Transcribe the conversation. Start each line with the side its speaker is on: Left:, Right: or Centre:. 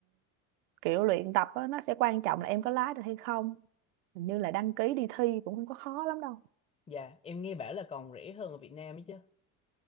Right: kiểu luyện tập á nó sẽ quan trọng là em có lái được hay không hình như là đăng ký đi thi cũng không có khó lắm đâu
Left: dạ, em nghe bảo là còn rẻ hơn ở Việt Nam ấy chứ.